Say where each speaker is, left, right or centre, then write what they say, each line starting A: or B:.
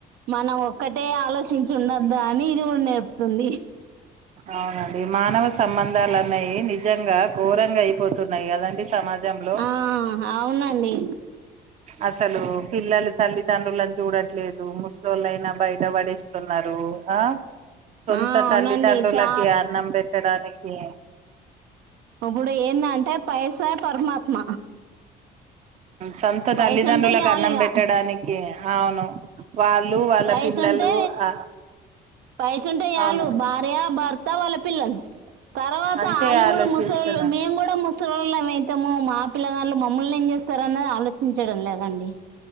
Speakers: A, on the right; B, on the right.
A: మనం ఒక్కటే ఆలోచించి ఉండద్దా అని ఇది కూడా నేర్పుతుంది
B: అవునండి మానవ సంబంధాలు అన్నయీ నిజంగా ఘోరంగా అయిపోతున్నాయి కదా అండి సమాజంలో
A: ఆ అవునండి
B: అసలు పిల్లలు తల్లిదండ్రులలను చూడట్లేదు ముసలుళ్లైనా బయట పడేస్తున్నారు ఆ సొంత
A: ఆ అవునండి
B: తల్లిదండ్రులకి
A: చా
B: అన్నం పెట్టడానికి
A: ఇప్పుడు ఏందంటే పైసే పరమాత్మ
B: సొంత
A: పైస
B: తల్లిదండ్రులకు
A: ఉంటే చాలు
B: అన్నం
A: ఇగ
B: పెట్టడానికి అవును వాళ్ళు వాళ్ళ
A: పైస
B: పిల్లలు
A: ఉంటే
B: ఆ,
A: పైస ఉంటే చాలు
B: అవును
A: భార్య భర్త త వాళ్ళ పిల్లలు తర్వాత
B: అంతే
A: అళ్ళు
B: ఆలోచిస్తున్నా
A: కూడా ముసలిళ్ళు మేము కూడా ముసలోళం అయితము మా పిల్లగాళ్ళలు మమ్మల్ని ఏం చేస్తారు అన్నది ఆలోచించడం లేదండి